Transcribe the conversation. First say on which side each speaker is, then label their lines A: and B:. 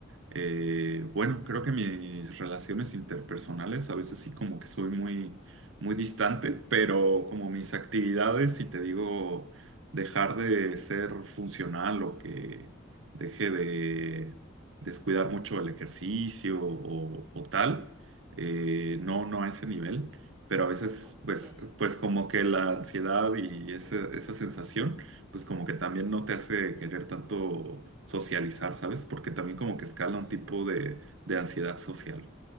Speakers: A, on the right; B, on the right.
A: eh, bueno, creo que mis relaciones interpersonales a veces sí como que soy muy, muy distante, pero como mis actividades, si te digo, dejar de ser funcional o que deje de descuidar mucho el ejercicio o, o tal, eh, no, no a ese nivel
B: No
A: pero a
B: te
A: veces,
B: ha pasado.
A: pues,
B: Bien.
A: pues como que la ansiedad y ese- esa sensación, pues como que también no te hace querer tanto socializar, ¿sabes? Porque también como que escala
B: Ujú.
A: un tipo de, de ansiedad social.